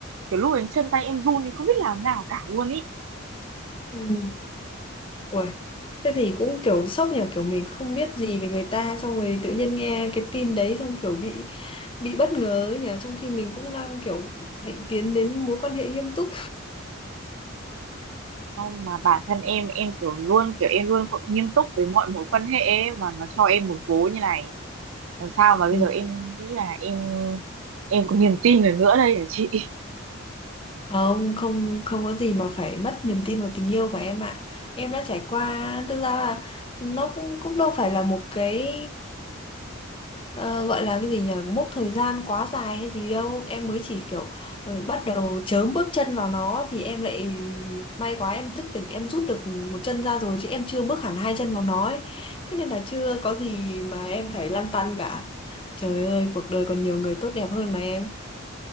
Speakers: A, on the right; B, on the left.
A: kiểu lúc ấy chân tay em run thì không biết làm nào cả luôn ý.
B: ừ, Uầy, thế thì cũng kiểu sốc nhỉ kiểu mình không biết gì về người ta xong rồi tự nhiên nghe cái tin đấy xong kiểu bị bị bất ngờ ấy nhỉ trong khi mình cũng đang kiểu hạnh tiến đến mối quan hệ nghiêm túc
A: không mà bản thân em em kiểu luôn kiểu em luôn có- nghiêm túc với mọi mối quan hệ ấy, mà nó cho em một vố như này làm sao mà bây
B: ừ.
A: giờ em nghĩ là em em có niềm tin được nữa đây hả chị
B: không không không có gì mà phải mất niềm tin vào tình yêu của em ạ em đã trải qua thực ra là nó cũng cũng đâu phải là một cái ờ, gọi là cái gì nhỉ mốc thời gian quá dài hay gì đâu em mới chỉ kiểu ờ, bắt đầu chớm bước chân vào nó thì em lại may quá em thức tỉnh em rút được một chân ra rồi chứ em chưa bước hẳn hai chân vào nó ấy. thế nên là chưa có gì mà em phải lăn tăn cả trời ơi cuộc đời còn nhiều người tốt đẹp hơn mà em